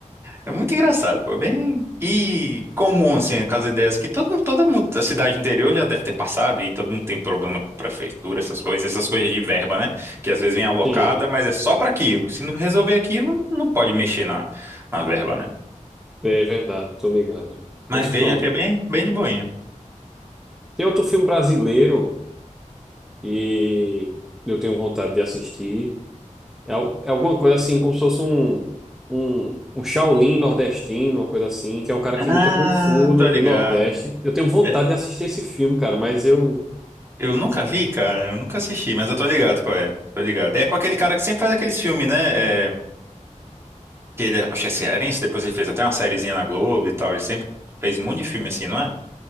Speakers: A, on the right; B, in the centre.
A: É muito engraçado, pô. Bem. E comum, assim, aquelas ideias que todo, toda mu- a cidade interior já deve ter passado e todo mundo tem problema com prefeitura, essas coisas, essas coisas de verba, né? Que às vezes vem alocada,
B: sim,
A: mas é só pra aquilo. Se não resolver aquilo, não pode mexer na, na verba, né?
B: é verdade, tô ligado.
A: Mas
B: Pois
A: veja
B: pronto.
A: que é bem, bem de boinha.
B: Tem outro filme brasileiro que eu tenho vontade de assistir. É, al- é alguma coisa assim, como se fosse um, um, um Shaolin nordestino, uma coisa assim, que é o cara
A: Ah,
B: que luta com Fu do,
A: tô ligado.
B: do Nordeste. Eu tenho vontade
A: É,
B: de assistir esse filme, cara, mas eu,
A: Eu nunca vi, cara. Eu nunca assisti, mas eu tô ligado qual é. Tô ligado. É com aquele cara que sempre faz aqueles filmes, né? é, que ele, é, acho que é cearense, depois ele fez até uma sériezinha na Globo e tal. Ele sempre fez um monte de filme assim, não é?